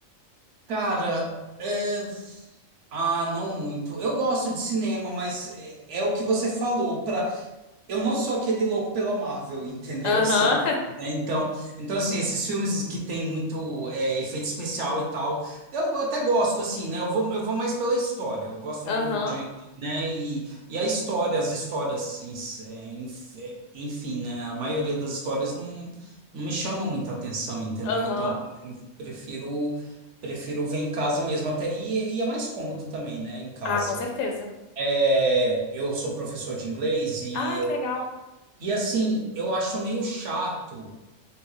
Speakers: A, on the right; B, on the left.
A: Cara, é, ah, não muito. Eu gosto de cinema, mas é, é o que você falou. Para eu não sou aquele louco pela Marvel, entendeu?
B: Aham,
A: Assim, né? Então, então, assim, esses filmes que tem muito é, efeito especial e tal, eu até gosto, assim, né? Eu vou, eu vou mais pela história, eu gosto
B: <laughs>
A: do,
B: aham,
A: de, né? E, e a história, as histórias, em si, é, enf- é, enfim, né? A maioria das histórias não, não me chamam muita atenção, entendeu?
B: aham.
A: Então, eu prefiro, prefiro ver em casa mesmo, até, e, e é mais cômodo também, né? Em casa.
B: Ah, com certeza.
A: É, eu sou professor de inglês e
B: Ah,
A: eu
B: que legal.
A: e assim, eu acho meio chato.